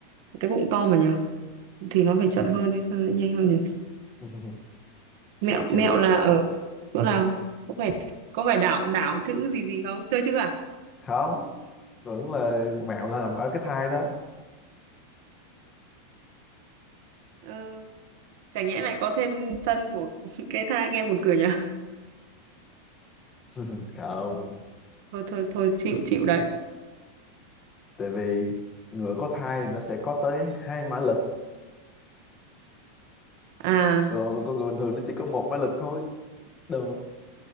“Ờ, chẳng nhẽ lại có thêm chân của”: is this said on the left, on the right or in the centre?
Right